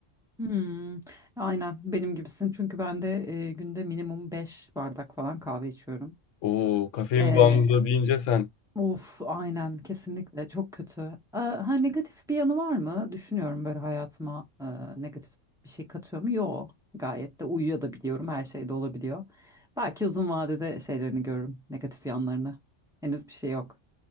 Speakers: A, in the centre; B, on the left (about 80°).
A: Hmm, aynen benim gibisin çünkü ben de e, günde minimum 5 bardak falan kahve içiyorum.
B: Oo, kafein
A: Ee,
B: bağımlılığı deyince sen.
A: Of, aynen kesinlikle çok kötü. Ee, ha negatif bir yanı var mı? Düşünüyorum böyle hayatıma e, negatif bir şey katıyor mu? Yok. Gayet de uyuyabiliyorum. Her şey de olabiliyor. Belki uzun vadede şeylerini görürüm, negatif yanlarını. Henüz bir şey yok.